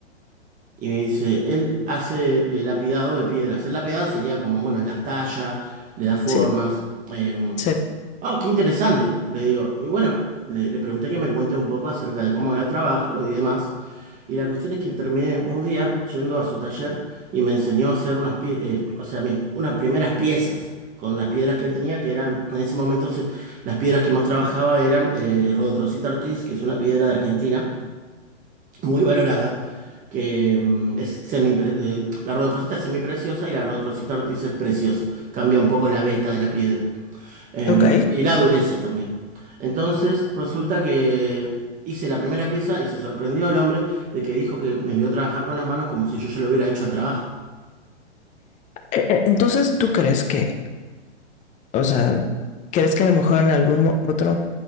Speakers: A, on the right; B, on the left.
A: Y me dice, él hace eh, lapidado de piedras. El lapidado sería como, bueno, las talla, le da formas.
B: sí,
A: Em,
B: sí.
A: oh, qué interesante, le digo. Y bueno, le, le pregunté que me cuente un poco acerca de cómo era el trabajo y demás. Y la cuestión es que terminé un día yendo a su taller y me enseñó a hacer unas, pie- eh, o sea, mis- unas primeras piezas con las piedras que él tenía, que eran, en ese momento se- las piedras que más trabajaba eran eh, Rodocrosita Ortiz, que es una piedra de Argentina muy valorada, que mm, es semi, eh, la rodocrosita es semipreciosa y la rodocrosita ortiz es preciosa. Cambia un poco la veta de la piedra. Em,
B: Ok. E-
A: y la dureza también. Entonces, resulta que hice la primera pieza y se sorprendió el hombre de que dijo que me vio trabajar con las manos como si yo ya lo hubiera hecho al trabajo.
B: e- Entonces, ¿tú crees que, o sea, crees que a lo mejor en algún mo- otro